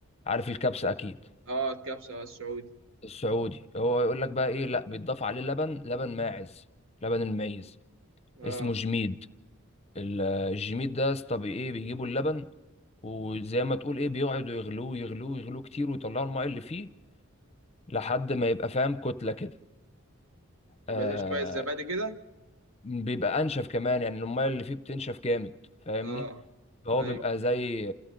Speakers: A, on the left; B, on the right.
A: عارف الكبسة اكيد
B: اه الكبسه آه، السعودي
A: السعودي هو يقول لك بقى ايه لا بيتضاف عليه لبن لبن ماعز لبن المعيز
B: اه
A: اسمه جميد ال- الجميت ده يا اسطى بي- ايه بيجيبوا اللبن وزي ما تقول ايه بيقعدوا يغلوه يغلوه يغلوه كتير ويطلعوا الماء اللي فيه لحد ما يبقى فاهم كتلة كده
B: يبقى
A: آه
B: زي شبه الزبادي كده
A: بيبقى انشف كمان يعني الماء اللي فيه بتنشف جامد فاهمني
B: اه
A: فهو
B: ايوه
A: بيبقى زي